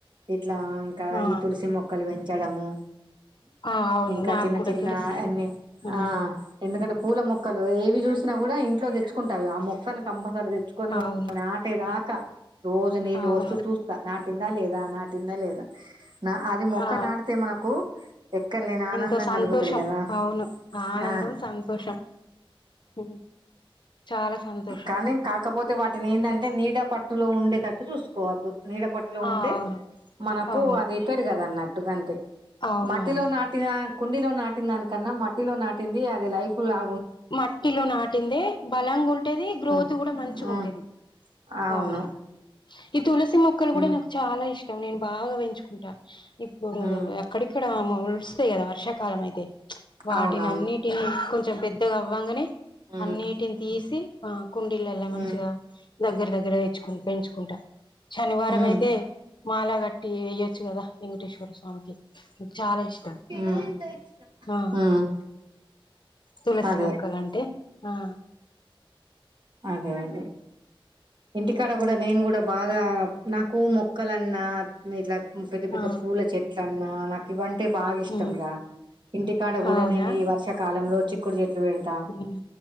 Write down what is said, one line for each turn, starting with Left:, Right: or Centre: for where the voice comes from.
Right: ఇట్లా ఇంకా
Left: ఆ
Right: ఈ తులసి మొక్కలు పెంచ పెచ్చడము
Left: ఆ అవును
Right: ఇంకా
Left: నాకు
Right: చిన్న
Left: కూడా
Right: చిన్న
Left: తులసి
Right: అన్నిీ
Left: ఉమ్
Right: ఆ ఎందుకంటే పూల మొక్కలు ఏవి చూసినా కూడా ఇంట్లో తెచ్చుకుంటావి ఆ మొక్కను కంపల్సరీ తెచ్చుకొనిని
Left: అవును
Right: ఆటేదాకా రోజు నీళ్ళు
Left: అవును
Right: వస్తూ చూస్తా నాటిందా లేదా నాటిందా లేదా నా అది మొక్క
Left: ఆ
Right: నాటితే మనకు ఎక్కడ లేని ఆనందం
Left: ఎంతో సంతోషం
Right: కలుగుతుంది కదా
Left: అవును ఆనందం
Right: ఆ
Left: సంతోషం ఉమ్, చాలా సంత
Right: కానీ కాకపోతే వాటిని ఏంటంటే నీడ పట్టులో ఉండేటట్టు చూసుకోవద్దు నీడ పట్టులో
Left: ఆ
Right: ఉంటే
Left: అవును
Right: మనకూ
Left: అవును
Right: అది ఎక్కేది కదా అన్నట్టుగా అంతే
Left: అవును
Right: మట్టిలో
Left: అవును
Right: నాటినా కుండీలొ నాటిన్ దానికన్నా మట్టిలో నాటింది అది లైఫ్ లా
Left: మట్టిలో నాటిందే బలం మనం కొంటేది గ్రోతు
Right: హ్మ్
Left: కూడ మంచిగుంటేది
Right: హ్మ్ అవును
Left: అవ్ను తులసి మొక్కలు
Right: హ్మ్
Left: కూడా నాకు చాలా ఇష్టం నేన్ బాగా పెంచుకుంటా ఇప్పుడూ
Right: హ్మ్
Left: ఎక్కడికి ఇక్కడా వస్తాయ్ కదా వర్షాకాలం అయితే వాటిని
Right: అవునవును
Left: అన్నిటిని కొంచెం పెద్ ద్దగ అవ్వంగనే
Right: హ్మ్
Left: అన్నీటిన్ తీసి ఆ కుండీలల్లో
Right: హ్మ్
Left: మంచిగా దగ్గర దగ్గర ఇచ్చుకుని పెంచుకుంటా శనివారం
Right: హ్మ్
Left: అయితే మాలగట్టి ఇయ్యొచ్చు కదా వెంకటేశ్వర స్వామికి చాల ఇష్టం
Right: హ్మ్
Left: ఆ
Right: హ్మ్
Left: తులసి
Right: అదే
Left: మొక్కల్యాంటే ఆ
Right: అదే అదే ఇంటికాడ కూడా నేన్ కూడా బాగా నాకూ మొక్కలన్నా ఇట్ల పెద్ద పెద్ద
Left: ఆ
Right: పూల చెట్లన్నా నాకు ఇవంట్ తె బాగిష్టంగా
Left: ఉమ్,
Right: ఇంటికాడ కూడా
Left: అవునా
Right: నేన్ ఈ వర్షకాలంలో చిక్కుడు చెట్లు పెడతా
Left: ఉమ్,